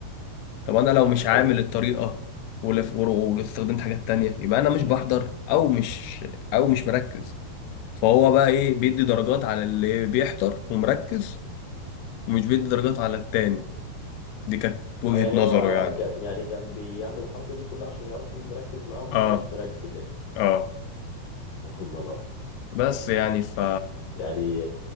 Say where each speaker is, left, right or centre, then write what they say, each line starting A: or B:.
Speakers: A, on the left; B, on the left.
A: طب انا لو مش عامل
B: حلو
A: الطريقه ولف- ور- واستخدمت حاجات تانية يبقى انا مش بحضر او مش او مش مركز فهو بقى ايه بيدي درجات على اللي بيحضر ومركز ومش بيدي درجات على التاني دي كانت وجهة
B: اه يعني هو
A: نظره يعني
B: كان يعني كان بيعمل الحركه دي كلها عشان يعرف مين مركز معاه ومين
A: اه
B: مش مركز يعني
A: اه
B: والله
A: بس
B: عظيم
A: يعني ف
B: يعني